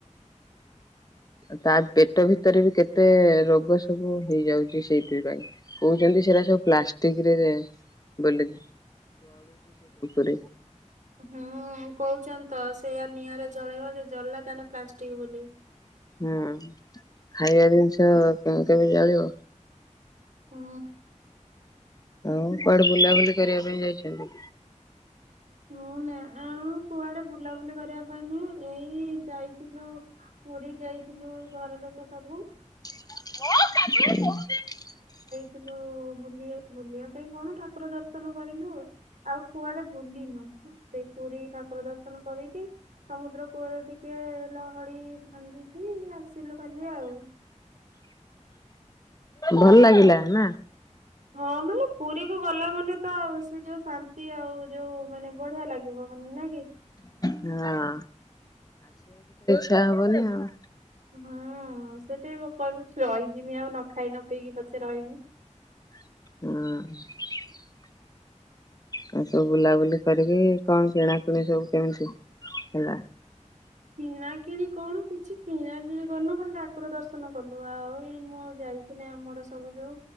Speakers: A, on the left; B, on the right.
A: ତା ପେଟ ଭିତରେ ବି କେତେ ରୋଗ ସବୁ ହେଇଯାଉଛି ସେଇଥିପାଇଁ କହୁଛନ୍ତି ସେରା ସବୁ ପ୍ଲାଷ୍ଟିକ ରେ ବୋଲିକି ଜଳ
B: ହୁଁ କହୁଛନ୍ତି ତ ସେୟା ନିଆଁରେ ଜଳେଇବ ଯଦି ଜଳିଲା ତାଲେ ପ୍ଲାଷ୍ଟିକ ବୋଲି।
A: ହୁଁ ଖାଇବା ଜିନିଷ କେ କେବେ ଜଳିବ।
B: ହଁ।
A: ହଉ କୁଆଡେ ବୁଲାବୁଲି କରିବା ପାଇଁ ଯାଇଛନ୍ତି।
B: ମୁଁ ନା ଆଉ କୁଆଡେ ବୁଲାବୁଲି କରିବା ପାଇଁ ନୁ ଏଇ ଯାଇଥିଲୁ। ପୁରୀ ଯାଇଥିଲୁ ଘର ଲୋକ ସବୁ।
A: ହ <unintelligible>
B: ଥିଲୁ ବୁଲିବା ବୁଲିବା ପାଇଁ କଣ ଠାକୁର ଦର୍ଶନ କରିଲୁ ଆଉ କୁଆଡେ ବୁଲିୁନୁ। ସେ ପୁରୀ ଠାକୁର ଦର୍ଶନ କରିକି ସମୁଦ୍ର କୂଳରେ ଟିକେ। ଲହଡି ଭାଙ୍ଗିକି ଆସିଲୁ ଖାଲି ଆଉ।
A: ଭଲ ଲାଗିଲା ନା।
B: ହଁ ମାନେ। ପୁରୀ କୁ ଗଲା ମାନେ ତ। ସେ ଯୋଉ ଶାନ୍ତି ଆଉ। ଯୋଉ ମାନେ ବଢିଆ ଲାଗିବ ମାନେ ନା କି।
A: ହଁ। ଛା ହବନି ଆଉ।
B: ହୁଁ ସେଠି କହିବୁ ରହିଯମି ଆଉ ନ ଖାଇ ନ ପିଇକି ପଛେ ରହିମି।
A: ହୁଁ। ଆଉ ସବୁ ବୁଲାବୁଲି କରିକି କଣ କିଣାକିଣି ସବୁ କେମିତି ହେଲା।
B: କିଣା କିିଣି କଣ କିଛି କିଣା କିିଣି କରିନୁ ଖାଲି ଠାକୁର ଦର୍ଶନ କଲୁ ଆଉ ଏଇ ମୁ ଆଉ ଯାଇଥିଲି ଆମର ସବୁ ଯୋଉ।